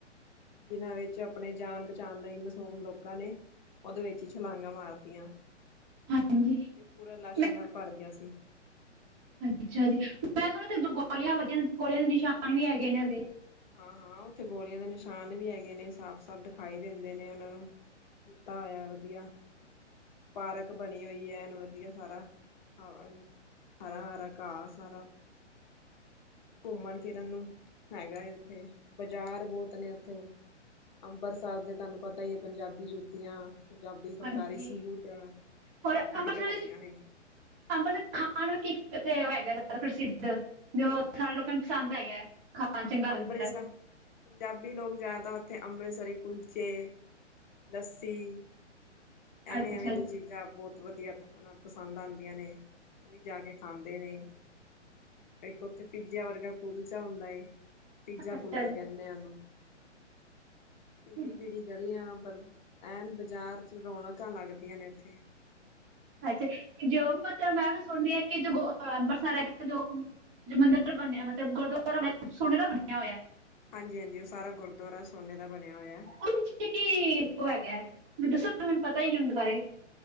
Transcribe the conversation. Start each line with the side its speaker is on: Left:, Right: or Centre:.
Left: ਜਿਨਾਂ ਵਿੱਚ ਆਪਣੇ ਜਾਨ ਬਚਾਉਣ ਲਈ ਮਾਸੂਮ ਲੋਕਾਂ ਨੇ ਉਹਦੇ ਵਿੱਚ ਹੀ ਛਲਾਂਘਾਂ ਮਾਰਤੀਆਂ।
Right: ਹਾਂਜੀ-ਹਾਂਜੀ
Left: ਤੇ ਪੂਰਾ ਲਾਸ਼ਾਂ ਨਾਲ ਭਰ ਗਿਆ ਸੀ
Right: ਅੱਛਾ ਜੀ ਮੈਂ ਸੁਣਿਆ ਗੋਲੀਆਂ ਵੱਜੀਆਂ ਗੋਲੀਆਂ ਦੇ ਨਿਸ਼ਾਨ ਵੀ ਹੈਗੇ ਨੇ ਅਜੇ।
Left: ਹਾਂ ਹਾਂ, ਉੱਥੇ ਗੋਲੀਆਂ ਦੇ ਨਿਸ਼ਾਨ ਵੀ ਹੈਗੇ ਨੇ ਸਾਫ਼-ਸਾਫ਼ ਦਿਖਾਈ ਦਿੰਦੇ ਨੇ ਉਹਨਾਂ ਨੂੰ ਕੀਤਾ ਹੋਇਆ ਵਧੀਆ ਪਾਰਕ ਬਣੀ ਹੋਈ ਹੈ ਨਾ। ਵਧੀਆ ਸਾਰਾ ਹਰਾ-ਹਰਾ ਘਾਹ ਸਾਰਾ ਘੁੰਮਣ ਫਿਰਨ ਨੂੰ ਹੈਗਾ ਹੈ। ਤੇ ਬਾਜ਼ਾਰ ਬਹੁਤ ਨੇ ਉੱਥੇ। ਅੰਬਰਸਰ ਦੇ ਤੁਹਾਨੂੰ ਪਤਾ ਹੀ ਹੈ ਪੰਜਾਬੀ ਜੁੱਤੀਆਂ ਪੰਜਾਬੀ ਫੁਲਕਾਰੀ
Right: ਹਾਂਜੀ।
Left: ਸੂਟ
Right: ਹੋਰ
Left: ਹੱਥ
Right: ਅੰਬਰਸਰ,
Left: ਦੀ ਕਢਾਈਆਂ ਨੇ
Right: ਅੰਬਰਸਰ ਖਾਣ ਜ਼ਿਆਦਾ ਪ੍ਰਸਿੱਧ ਜੋ ਸਾਰੇ ਲੋਕਾਂ ਨੂੰ ਪਸੰਦ ਹੈਗਾ ਹੈ। ਖਾਣ ਚੰਗਾ ਲੱਗਦਾ
Left: ਅੰਮ੍ਰਿਤਸਰ ਪੰਜਾਬੀ ਲੋਕ ਜ਼ਿਆਦਾ ਇੱਥੇ ਅੰਮ੍ਰਿਤਸਰੀ ਕੁਲਚੇ ਲੱਸੀ, ਐਵੇਂ
Right: ਅੱਛਾ
Left: ਐਵੇਂ ਦੀਆਂ
Right: ਜੀ,
Left: ਚੀਜ਼ਾਂ ਬਹੁਤ ਵਧੀਆ ਮੈਂ, ਪਸੰਦ ਆਉਂਦੀਆਂ ਨੇ ਉਹ ਵੀ ਜਾ ਕੇ ਖਾਂਦੇ ਨੇ, ਇੱਕ ਉੱਥੇ ਪੀਜ਼ਿਆ ਵਰਗਾ ਕੁਲਚਾ ਹੁੰਦਾ ਏ। ਪੀਜ਼ਾ
Right: ਅੱਛਾ
Left: ਕੁਲਚਾ
Right: ਜੀ
Left: ਕਹਿੰਦੇ ਆ ਉਹਨੂੰ। ਪੀੜੀ
Right: ਹਮ,
Left: ਪੀੜੀ ਗਲੀਆਂ ਪਰ ਐਨ ਬਾਜ਼ਾਰ ਚ ਰੌਣਕਾਂ ਲੱਗਦੀਆਂ ਨੇ ਉੱਥੇ।
Right: ਅੱਛਾ ਜੋ ਮਤਲਬ ਮੈਂ ਵੀ ਸੁਣਨੀ ਹਾਂ ਕਿ ਜੋ ਅੰਮ੍ਰਿਤਸਰ ਹੈਗਾ ਜੋ ਮੰਦਿਰ ਬਣਿਆ ਮਤਲਬ ਗੁਰਦੁਆਰਾ ਸੋਨੇ ਦਾ ਬਣਿਆ ਹੋਇਆ।
Left: ਹਾਂਜੀ। ਹਾਂਜੀ। ਉਹ ਸਾਰਾ ਗੁਰਦੁਆਰਾ ਸੋਨੇ ਦਾ ਬਣਿਆ ਹੋਇਆ।
Right: ਉਹਦੇ ਪਿੱਛੇ ਕੀ ਉਹ ਹੈਗਾ ਮੈਨੂੰ ਦੱਸੋ। ਮੈਨੂੰ ਪਤਾ ਹੀ ਨੀ ਉਹਦੇ ਬਾਰੇ।